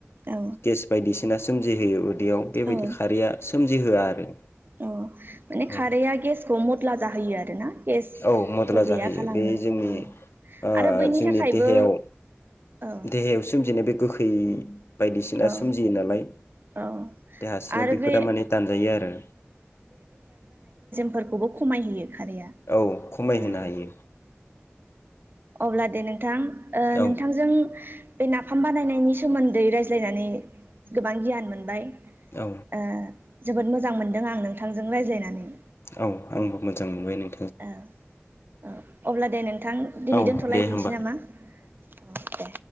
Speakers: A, on the right (about 50°); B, on the left (about 70°).
A: औ
B: गेस बायदिसिना सोमजिहोयो उ दैयाव बेबायदि
A: औ
B: खारैया सोमजिहोआ आरो।
A: औ माने
B: औ
A: खारैया गेसखौ म टला जाहोयो आरोना। गेस
B: औ मदला
A: खौ
B: जाहोयो।
A: गैया खालामो
B: बे जोंनि
A: औ
B: ओ
A: आरो बैनि
B: जोंनि
A: थाखायबो
B: देहायाव
A: औ
B: देहायाव सोमजिनाय बे गो खै बायदिसिना
A: औ
B: सोमजियो नालाय
A: औ
B: देहा सिङाव
A: आरो
B: बेफोरा
A: बे
B: माने दानजायो आरो।
A: फोरखौबो खमायहोयो खारैया
B: औ खमायहोनो
A: ओ
B: हायो।
A: अब्ला दे नों थां ओ
B: औ
A: नोंथांजों बे नाफाम बानायनायनि सोमोन्दै रायज्लायनानै गोबां गियान मोनबाय।
B: औ।
A: ओ जोबोद मोजां मोनदों आं नोंथांजों रायज्लायनानै।
B: औ आंबो मोजां मोनबाय नों
A: औ ओ अब्ला दे नोंथां दिनै
B: औ
A: दोन्थ'लायदिनसै
B: दे होमबा
A: नामा औ दे।